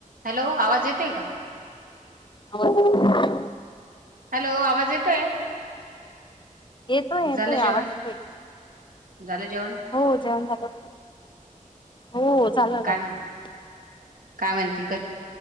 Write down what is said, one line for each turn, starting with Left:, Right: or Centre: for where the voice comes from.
Right: Hello आवाज येतोय का?
Left: <inaudible>
Right: हॅलो आवाज येतोय
Left: येतोय येतोय
Right: झालं जेवण
Left: आवाज येतोय
Right: झालं जेवण?
Left: हो जेवण झालं. हो झालं
Right: काय
Left: <unintelligible>
Right: म्हण काय म्हणते कस